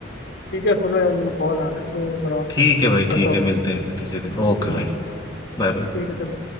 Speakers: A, on the left; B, on the left.
A: ठीक है सुनो यार मेरे को कॉल आ रहा है तो थोड़ा
B: ठीक है भाई
A: करता
B: ठीक
A: हूँ
B: है मिलते हैं फिर किसी दिन ओके भाई Bye bye
A: ठीक है चलो